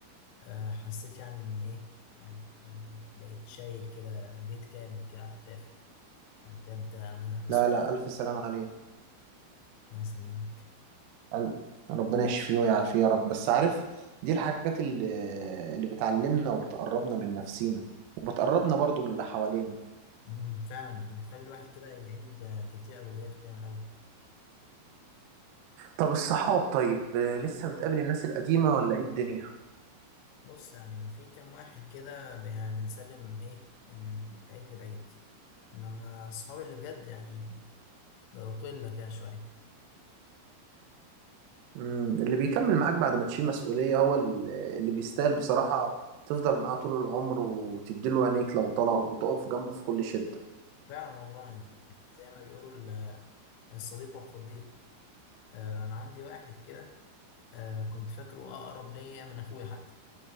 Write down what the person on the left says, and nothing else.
آه، حسيت يعني ان ايه يعني اني بقيت شايل كده بيت كامل كده على كتافي يعني بجد أنا مسؤول
الله يسلمك
امم فعلا وبتخلي الواحد كده يعيد آه، ترتيب اولوياته كده من الاول
بص يعني في كام واحد كده بقينا بنسلم ايه من بعيد لبعيد انما اصحابي اللي بجد يعني بقوا قله كده شويه
فعلا والله يعني زي ما بيقولوا ال- الصديق وقت الضيق آه، انا عندي واحد كده آه، كنت فاكره اقرب ليا من اخويا حتى